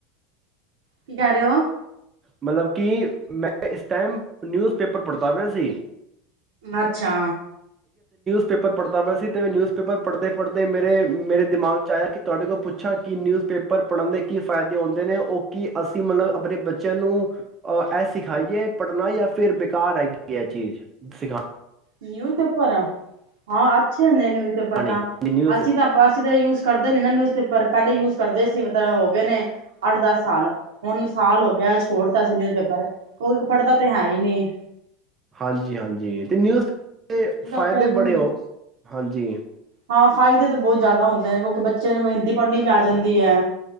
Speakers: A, on the right; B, on the right.
A: ਕੀ ਕਹਿ ਰਹੇ ਹੋ?
B: ਮਤਲਬ ਕਿ ਮੈਂ ਇਸ ਟਾਈਮ ਨਿਊਜ਼ ਪੇਪਰ ਪੜ੍ਹਦਾ ਪਿਆ ਸੀ।
A: ਅੱਛਾ,
B: ਪੇਪਰ ਪੜ੍ਹਦਾ ਪਿਆ ਸੀ ਤੇ ਮੈਂ ਨਿਊਜ਼ ਪੇਪਰ ਪੜ੍ਹਦੇ- ਪੜਦੇ ਮੇਰੇ ਮੇਰੇ ਦਿਮਾਗ ਚ ਆਇਆ ਕਿ ਤੁਹਾਡੇ ਕੋਲ ਪੁੱਛਾ ਕਿ ਨਿਊਜ਼ ਪੇਪਰ ਪੜ੍ਹਦੇਂ ਕੀ ਫਾਇਦੇ ਹੁੰਦੇ ਨੇ ਉਹ ਕੀ ਅਸੀਂ ਮਤਲਬ ਆਪਣੇ ਬੱਚੇ ਬੱਚਿਆਂ ਨੂੰ ਅਹ ਇਹ ਸਿਖਾਈਏ ਪੜ੍ਹਨਾ ਜਾਂ ਫਿਰ ਬੇਕਾਰ ਹੈਗੀ ਇਹ ਚੀਜ਼ ਸਿਖਾ
A: ਨਿਊਜ਼ ਪੇਪਰ ਆ ਹਾਂ ਅੱਛੇ ਹੁੰਦੇ ਨੇ
B: ਸਿਖਾਣੀ ਨਿਊਜ਼
A: ਅਸੀਂ ਤਾਂ ਬਾਸੀ ਦਾ ਯੂਜ ਕਰਦੇ ਨੀ ਨਿਊਜ਼ ਪੇ ਪਰ ਪਹਿਲੇ ਯੂਜ ਕਰਦੇ ਸੀ, ਮਤਲਬ ਹੋ ਗਏ ਨੇ ਅੱਠ ਦਸ ਸਾਲ ਹੁਣ ਸਾਲ ਹੋ ਗਿਆ ਛੋੜਤਾ ਸੀ ਨਿਊਜ਼ ਪੇਪਰ ਕੋਈ ਪੜ੍ਹਦਾ ਤੇ ਹੈ ਹੀ ਨਹੀਂ
B: ਹਾਂਜੀ-ਹਾਂਜੀ ਤੇ ਨਿਊਜ਼ ਤੇ
A: ਇਸ ਕਰਕੇ
B: ਫਾਇਦੇ ਬੜੇ ਹੋ, ਹਾਂਜੀ।
A: ਹਾਂ ਫਾਇਦੇ ਤਾਂ ਬਹੁਤ ਜ਼ਿਆਦਾ ਹੁੰਦੇ ਨੇ, ਕਿਉਂਕਿ ਬੱਚੇ ਨੂੰ ਹਿੰਦੀ ਪੜ੍ਹਨੀ ਵੀ ਆ ਜਾਂਦੀ ਹੈ।